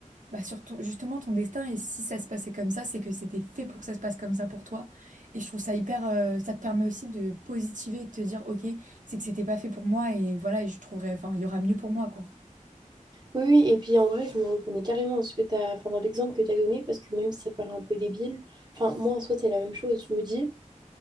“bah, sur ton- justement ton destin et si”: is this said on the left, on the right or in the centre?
Right